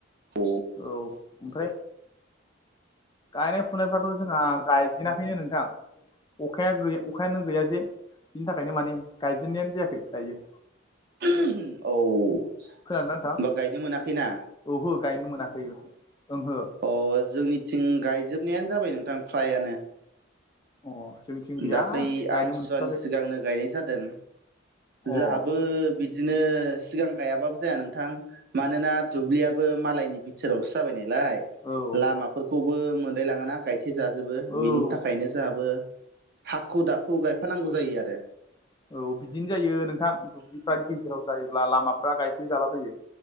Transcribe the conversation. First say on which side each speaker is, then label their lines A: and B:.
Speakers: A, on the right (about 50°); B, on the left (about 20°).
A: अ
B: औ ओमफ्राय गायनाय फुनायफ्राथ' जोंहा गायजेनाखैनो नोंथां अखाया गै अखायानो गैया जे बिनि थाखायनो माने गायजेननायानो जायाखै दायो
A: <unintelligible>
B: खोनादों ना नोंथां
A: होमबा गायनो मोनाखैना
B: ओहो गायनो मोनाखै ओंहो
A: अ जोंनिथिं गायजोबनायानो जाबाय नोंथां फ्रायानो
B: <unintelligible>
A: दाखाै
B: गायनो
A: आमसुवानि
B: मोनथ'वाखै
A: सिगांनो गायनाय जादों
B: अ
A: जोंहाबो बिदिनो सिगां गायाबाबो जाया नोंथां मानोना दुब्लियाबो मालायनि बि सोरावसो जाबाय नालाय
B: औ
A: लामाफोरखौबो मोनलाय लाङ ना गाय थि जाजोबो
B: औ
A: बिनि थाखायनो जोंहाबो
B: <inaudible>
A: हाखु दाखु गायफानांगौ जायो आरो
B: औ बिदिनो जायो नोंथां दुब्लिफ्रा गेजेराव जायोब्ला लामाफ्रा गायथे जालाबोयो